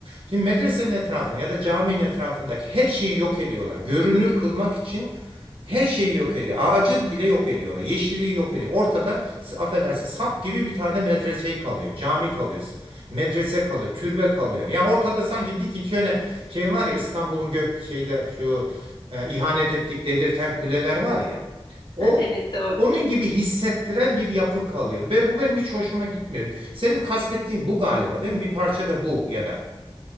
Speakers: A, on the right; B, on the left.
A: Şimdi medresenin etrafında ya da caminin etrafındaki her şeyi yok ediyorlar. Görünür kılmak için her şeyi yok ediyor. Ağacı bile yok ediyorlar. Yeşilliği yok ediyor. Ortada s- affedersin sap gibi bir tane medrese kalıyor. Cami kalıyor. Medrese kalıyor. Türbe kalıyor. Yani ortada sanki dik şöyle şey var ya İstanbul'un gök şeyler şu e, ihanet ettik dedirten kuleler var ya. O
B: Ha, Evet doğru.
A: onun gibi hissettiren bir yapı kalıyor. Ve bu benim hiç hoşuma gitmiyor. Senin kastettiğin bu galiba değil mi? Bir parça da bu ya da.